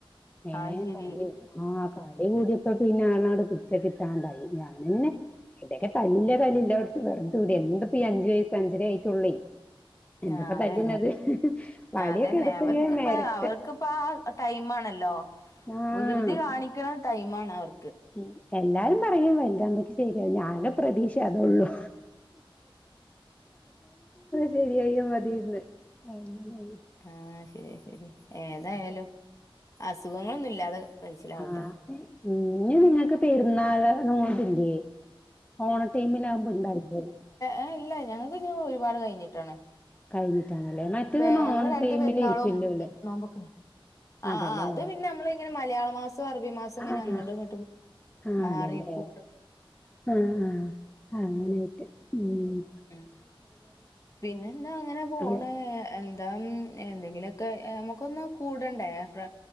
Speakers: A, on the left (about 15°); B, on the left (about 35°).
A: ഏഹ്
B: അത് ശരി
A: കളി ആഹ് കളി കൂടിപ്പോ പിന്നെ ആനങ്ങ്ട് പിടിച്ച കിട്ടാണ്ടായി ഞാന്ങ്ങനെ എടക്കെ തല്ലില്ല തല്ലില്ല വെച്ച് വെറ്ത വിടെ എന്തപ്പ ഈ അഞ്ച് വയസ്സ് അഞ്ചര ആയിട്ടുള്ളേ എന്താപ്പ
B: ആഹ് അതെ
A: തല്ല്ണത് വടിയൊക്കെ
B: ആഹ് അതന്നെ
A: എടുത്തിങ്ങനെ
B: അവർക്ക്പ്പം
A: മെരട്ടും
B: അവർക്ക്പ്പാ ആ ആ ടൈമ് ആണല്ലോ
A: ആഹ്
B: വ്കൃതി കാണിക്കണ ടൈമാണ് അവർ
A: ഉം എല്ലാരും പറയും വല്താമ്പക്കും ശരിയാവും ഞാത് പ്രതീക്ഷ അതേള്ളൂ ശരിയായ മതിര്ന്ന് അങ്ങനായി
B: ആഹ് ശരി ശരി ഏതായാലും അസുഖങ്ങളൊന്നും ഇല്ലാതെ കഴിച്ചിലാവട്ടെ
A: ആഹ് ഉം ഇഞ്ഞ് നിങ്ങക്ക് പെരുന്നാള് നോമ്പില്ലേ ഓണ ടൈമിലാവുമ്പോ ഇണ്ടാവില്ലേ
B: ഏഹ് ഇല്ല ഞങ്ങക്ക് ഇഞ് ഒരുപാട് കയിഞ്ഞിട്ടാണ്
A: കഴിഞ്ഞിട്ടാണല്ലേ മറ്റേ
B: പ്പെ
A: പറഞ്ഞ
B: ഞങ്ങളെ
A: ഓണ
B: രണ്ടു
A: ടൈമില്
B: പെരുന്നാളും
A: ഇരിക്കല്ലോല്ലേ
B: നോമ്പൊക്കെ ആഹ്
A: അതെല്ലേ
B: ആഹ് അത് പിന്നെ നമ്മള് ഇങ്ങനെ മലയാള മാസോം അറബി മാ സം ഇങ്ങനെ
A: ആഹ്
B: അങ്ങോട്ടും ഇങ്ങോട്ടും
A: ആഹ്
B: മാറി
A: അതെല്ലേ
B: നിക്കും
A: ആഹ് ആഹ് അങ്ങനായിട്ട് ഉം ഉം
B: ആഹ് പിന്നെന്താ അങ്ങനെ പോണ്
A: അല്ലെ
B: എന്താ ഉം എന്തെങ്കിലൊക്ക നമുക്കൊന്ന് കൂടണ്ടേ ഫ്ര